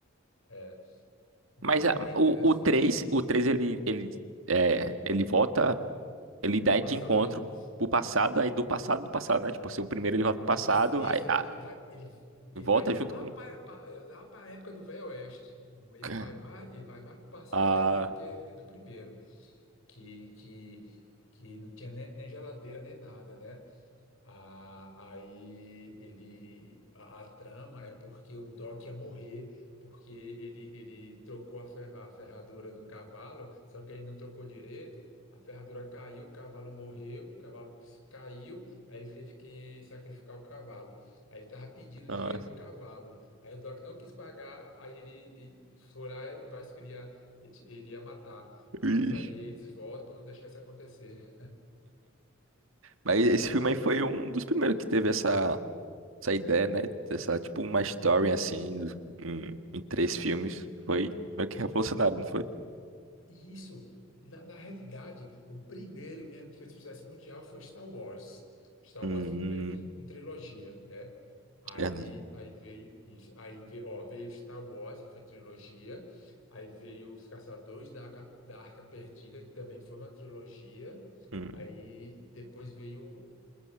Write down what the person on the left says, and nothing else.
É bem,
bem
interessante.
O passado
de novo.
E
esse, esse
ele
vai, ele, ele
vai lá
para lá para a época do Velho Oeste. Ele
vai mais,
ele vai mais passado
ainda do que do primeiro, que, que, que não tinha nem, nem geladeira nem nada, né? Ah, aí ele a, a trama é porque o Doc ia morrer, porque ele, ele trocou a, fe- a ferradura de um cavalo, só que ele não trocou direito, a ferradura caiu, o cavalo morreu, o cavalo caiu, aí ele teve que sacrificar o cavalo. Aí ele estava pedindo o
dinheiro do cavalo. Aí o Doc não quis pagar, aí ele e- foi lá e parece que ele ia, ele ia matar.
Mas aí eles voltam para não deixar isso acontecer.
E Isso, na, na realidade, o primeiro mesmo que fez sucesso mundial foi Star Wars. Star
Wars foi o
primeiro que com trilogia, né? Aí,
aí veio isso, aí veio, ó, veio Star Wars, que foi trilogia, aí veio Os Caçadores da Arca, da Arca Perdida, que também foi uma trilogia,
aí depois veio